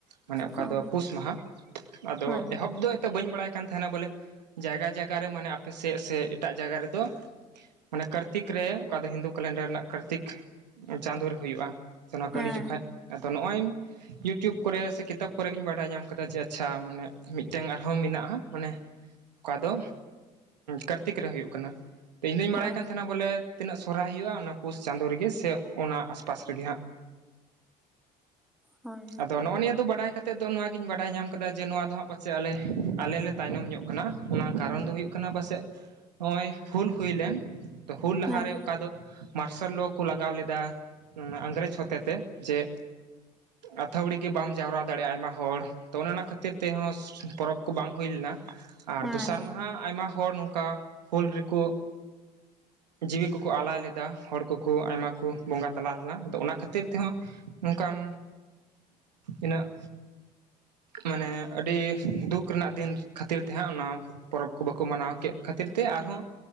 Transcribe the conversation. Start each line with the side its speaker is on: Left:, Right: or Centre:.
Right: ᱢᱟᱱᱮ ᱚᱠᱟ
Centre: ᱦᱳᱭ,
Right: ᱫᱚ ᱯᱩᱥ ᱢᱟᱦᱟ ᱟᱫᱚ
Centre: ᱦᱳᱭ,
Right: ᱮᱦᱚᱵᱽ ᱫᱚ ᱮᱛᱳ ᱵᱟᱹᱧ ᱵᱟᱲᱟᱭ ᱠᱟᱱ ᱛᱟᱱᱟ ᱵᱚᱞᱮ ᱡᱟᱭᱜᱟ ᱡᱟᱭᱜᱟ ᱨᱮ ᱢᱟᱱᱮ ᱟᱯᱮ ᱥᱮᱫ ᱥᱮ ᱮᱴᱟᱜ ᱡᱟᱭᱜᱟ ᱨᱮᱫᱚ ᱢᱟᱱᱮ ᱠᱟᱨᱛᱤᱠ ᱨᱮ ᱚᱠᱟ ᱫᱚ ᱦᱤᱱᱫᱩ ᱠᱮᱞᱮᱱᱰᱟᱨ ᱨᱮᱱᱟᱜ ᱠᱟᱨᱛᱤᱠ ᱪᱟᱸᱫᱳ ᱨᱮ ᱦᱩᱭᱩᱜᱼᱟ ᱥᱮ ᱱᱚᱣᱟ
Centre: ᱦᱮᱸ,
Right: ᱠᱟᱹᱞᱤ ᱡᱚᱠᱷᱟᱡᱽ ᱟᱫᱚ ᱱᱚᱜᱼᱚᱭ ᱤᱭᱩᱴᱩᱵᱽ ᱠᱚᱨᱮ ᱥᱮ ᱠᱤᱛᱟᱹᱵ ᱠᱚᱨᱮ ᱜᱤᱧ ᱵᱟᱰᱟᱭ ᱧᱟᱢ ᱠᱟᱫᱟ ᱡᱮ ᱟᱪᱪᱷᱟ ᱢᱟᱱᱮ ᱢᱤᱫᱴᱮᱱ ᱟᱨᱦᱚᱸ ᱢᱮᱱᱟᱜᱼᱟ ᱢᱟᱱᱮ ᱚᱠᱟ ᱫᱚ ᱠᱟᱨᱛᱤᱠ ᱨᱮ ᱦᱩᱭᱩᱜ ᱠᱟᱱᱟ᱾ ᱤᱧ ᱫᱩᱧ
Centre: ᱦᱳᱭ,
Right: ᱵᱟᱲᱟᱭ ᱠᱟᱱ ᱛᱟᱦᱮᱱᱟ ᱵᱚᱞᱮ ᱛᱤᱱᱟᱹᱜ ᱥᱚᱨᱦᱟᱭ ᱦᱩᱭᱩᱜᱼᱟ ᱚᱱᱟ ᱯᱩᱥ ᱪᱟᱸᱫᱳ ᱨᱮᱜᱮ ᱥᱮ ᱚᱱᱟ ᱟᱥᱯᱟᱥ ᱨᱮᱜᱮ ᱦᱟᱸᱜ
Centre: ᱦᱳᱭ,
Right: ᱟᱫᱚ ᱱᱚᱜ ᱱᱤᱭᱟᱹ ᱫᱚ ᱵᱟᱰᱟᱭ ᱠᱟᱜ ᱛᱮᱫ ᱫᱚ ᱱᱚᱣᱟ ᱜᱤᱧ ᱵᱟᱰᱟᱭ ᱧᱟᱢ ᱠᱟᱫᱟ ᱡᱮ ᱱᱚᱣᱟ ᱫᱚ ᱦᱟᱸᱜ ᱯᱟᱪᱮᱜ ᱟᱞᱮ ᱟᱞᱮ ᱞᱮ ᱛᱟᱭᱱᱚᱢ ᱧᱚᱜ ᱠᱟᱱᱟ ᱚᱱᱟ ᱠᱟᱨᱚᱱ ᱫᱚ ᱦᱩᱭᱩᱜ ᱠᱟᱱᱟ ᱯᱟᱥᱮᱡ ᱱᱚᱜᱼᱚᱭ ᱦᱩᱞ ᱦᱩᱭ ᱞᱮᱱ ᱛᱚ ᱦᱩᱞ ᱞᱟᱦᱟᱨᱮ
Centre: ᱦᱮᱸ,
Right: ᱚᱠᱟ ᱫᱚ ᱢᱟᱨᱥᱟᱞ ᱞᱚ ᱠᱚ ᱞᱟᱜᱟᱣ ᱞᱮᱫᱟ ᱟᱝᱨᱮᱡᱽ ᱦᱚᱛᱮᱛᱮ ᱡᱮ ᱟᱹᱛᱷᱟᱹᱣᱲᱤ ᱜᱮ ᱵᱟᱢ ᱡᱟᱣᱨᱟ ᱫᱟᱲᱮᱭᱟᱜᱼᱟ ᱟᱭᱢᱟ ᱦᱚᱲ ᱛᱚ ᱚᱱᱮ ᱚᱱᱟ ᱠᱷᱟᱹᱛᱤᱨ ᱛᱮᱦᱚᱸ ᱯᱚᱨᱚᱵᱽ ᱠᱚ ᱵᱟᱝ ᱦᱩᱭ ᱞᱮᱱᱟ ᱟᱨ
Centre: ᱦᱮᱸ,
Right: ᱫᱚᱥᱟᱨ ᱢᱟᱦᱟ ᱟᱭᱢᱟ ᱦᱚᱲ ᱱᱚᱝᱠᱟ ᱦᱩᱞ ᱨᱮᱠᱚ ᱡᱤᱣᱤ ᱠᱚᱠᱚ ᱟᱞᱟᱭ ᱞᱮᱫᱟ ᱾ ᱦᱚᱲ ᱠᱩᱠᱩ ᱟᱭᱢᱟ ᱠᱩ ᱵᱚᱸᱜᱟ ᱛᱟᱞᱟ ᱞᱮᱱᱟ ᱟᱫᱚ ᱚᱱᱟ ᱠᱷᱟᱹᱛᱤᱨ ᱛᱮᱦᱚᱸ ᱱᱚᱝᱠᱟᱱ ᱤᱱᱟᱹᱜ ᱢᱟᱱᱮ ᱟᱹᱰᱤ ᱫᱩᱠ ᱨᱮᱱᱟᱜ ᱫᱤᱱ ᱠᱷᱟᱹᱛᱤᱨ ᱛᱮᱦᱟᱸᱜ ᱚᱱᱟ ᱯᱚᱨᱚᱵᱽ ᱠᱚ ᱵᱟᱠᱩ ᱢᱟᱱᱟᱣ ᱠᱮᱜ ᱠᱷᱟᱹᱛᱤᱨ ᱛᱮ ᱟᱨᱦᱚᱸ